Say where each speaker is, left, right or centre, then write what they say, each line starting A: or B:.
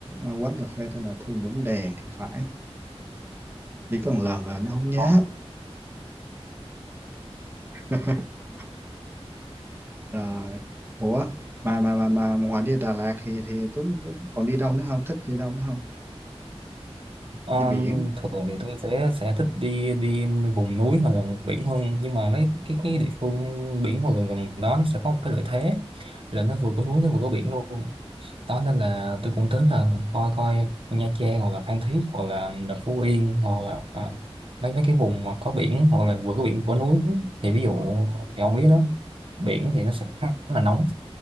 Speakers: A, on the right (about 20°); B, on the right (about 55°).
A: à, quán cà phê tên là Thung Lũng Đèn thì phải. Đi có một lần à, nó không nhớ.
B: Ờ.
A: <laughs> Rồi, ủa mà mà mà mà ngoài đi Đà Lạt thì thì Tuấn có- còn đi đâu nữa không? Thích đi đâu nữa không?
B: Um,
A: Đi biển.
B: <laughs> thường thì tôi sẽ sẽ thích đi đi vùng núi hoặc là biển hơn nhưng mà mấy cái, cái địa phương biển hoặc gần gần đó nó sẽ có một cái lợi thế là nó vừa có núi nó vừa có biển luôn đó nên là tôi cũng tính là coi coi Nha Trang hoặc là Phan Thiết hoặc là, là Phú Yên hoặc là à, mấy mấy cái vùng mà có biển hoặc là vừa có biển vừa có núi thì ví dụ thì ông biết đó biển thì nó sẽ khá là nóng